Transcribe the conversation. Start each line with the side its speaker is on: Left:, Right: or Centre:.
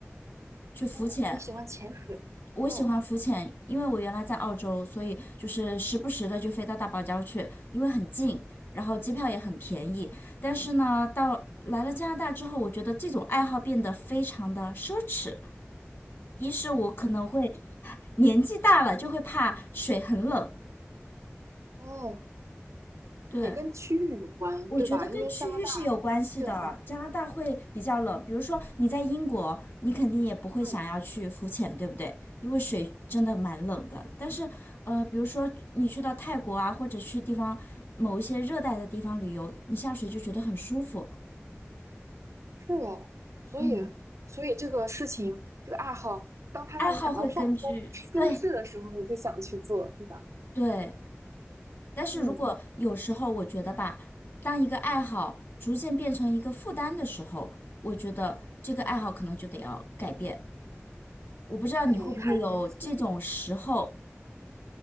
Left: 去浮潜。
Right: 哦，你喜欢潜水？
Left: 我喜欢浮潜，
Right: 哦
Left: 因为我原来在澳洲，所以就是时不时的就飞到大堡礁去，因为很近，然后机票也很便宜。但是呢，到来了加拿大之后，我觉得这种爱好变得非常的奢侈。一是我可能会年纪大了，就会怕水很冷。
Right: 哦，
Left: 对，
Right: 也跟区域有关，
Left: 我觉得跟区域是有关系的。
Right: 对吧？因为加拿大这好，
Left: 加拿大会比较冷，
Right: 嗯
Left: 比如说你在英国，你肯定也不会想要去浮潜，
Right: 嗯，
Left: 对不对？因为水真的蛮冷的。但是，呃，比如说你去到泰国啊，或者去地方某一些热带的地方旅游，你下水就觉得很舒服。
Right: 是哦，所以
Left: 嗯，
Right: 所以这个事情，这个爱好，当它让你感到放松、
Left: 爱好会根据，
Right: 舒适的时候，
Left: 对
Right: 你就想去做，对吧？
Left: 对，但是如果有时候我觉得吧，
Right: 嗯，
Left: 当一个爱好逐渐变成一个负担的时候，我觉得这个爱好可能就得要改变。我不知道你会不会有这种时候，
Right: 哎，还真是